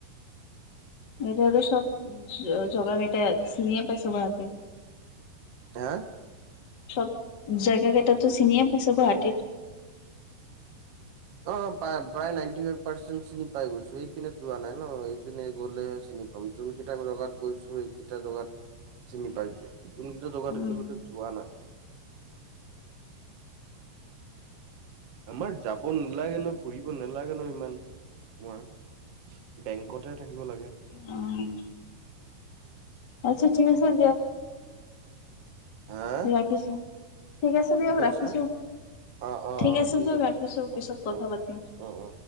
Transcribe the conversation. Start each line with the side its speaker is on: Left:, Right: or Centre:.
Left: এটত চব জগা মটা চিনিয়ে পাইছ গ হাতে <unintelligible>
Right: হা?
Left: চব জেগা কেইটাতো চিনিয়ে পাইছে গুৱাহাটীৰ?
Right: অ, প্ৰায় নটি ফাই পাৰ্চেট চিনি পাই গৈছো এইপিনে যোৱা নাই ন সিনে গ চিনি চিনি পাম যোন কেইটা জগাত গৈছো সেইকেইটা জগাত চিনি পাইছো। নতুনকেইটা দোকানত
Left: উম,
Right: এতিয়ালৈকে যোৱা নাই? আমাৰ যাব নালাগে ন ফুৰিব নালাগে ন ইমান তোমাৰ। বেংকতে থাকিব লাগে।
Left: উম, আচ্ছা ঠিক আছে দিয়ক।
Right: হা
Left: ৰাখিছো, ঠিক আছে দিয়ক
Right: কি কৈছে?
Left: ৰাখিছো।
Right: অ', অ',
Left: ঠিক
Right: অ',
Left: আছে দিয়ক ৰাখিছো
Right: অ',
Left: পিছত কথা
Right: অ',
Left: পাতিম।
Right: অ', অ'।